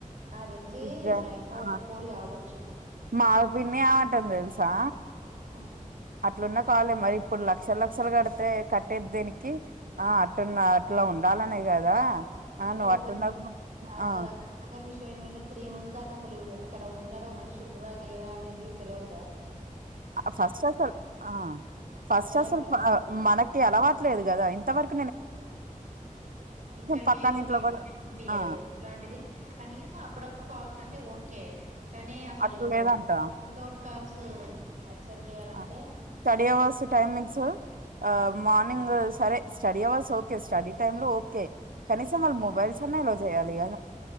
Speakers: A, on the right; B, on the right.
A: నాకు తెలిసి
B: ఇక
A: మాక్సిమం
B: ఆ,
A: ఒప్పుకోరు కావచ్చు
B: మా పిన్నే ఏమంటందో తెలుసా
A: ఆ
B: అట్లున్నా కావాలి మరి ఇప్పుడు లక్షల లక్షలు కడితే కట్టేది దేనికి ఆ అట్టున్న అట్లా ఉండాలనే కదా ఆ
A: కానీ
B: నువ్వు
A: ఒకటి
B: అట్టున్న
A: అసలు
B: ఆ
A: క అసలు విషయం ఏంటంటే త్రీ మంత్స్ దాకా అసలు అక్కడ ఉన్నరా మనిషి ఉన్నరా లేరా అనేది తెలివద్దా
B: ఫస్ట్ అసలు ఆ ఫస్ట్
A: ఎలా యాక్సెప్ట్
B: అసలు
A: చేస్తారు
B: ఆ మనకి అలవాట్లేదు గదా ఎంతవరకు
A: ఇక్కడికే
B: పక్కన
A: పంపి
B: ఇంట్లో కూడా
A: పంపియ్యరు
B: ఆ
A: ఇలాంటిది కనీసం అప్పుడప్పుడు కాల్స్ అంటే ఓ ఓకే కానీ అసలు
B: అట్లా లేదంట
A: వితౌట్ కాల్స్ యాక్సెప్ట్ చేయాలంటే
B: ఆ! స్టడీ అవర్స్ టైమింగ్స్ ఆ మార్నింగ్ సరే study hours okay study time లో ఓకే కనీసము వాళ్ళు మొబైల్ అన్నా అలో చేయాలిగా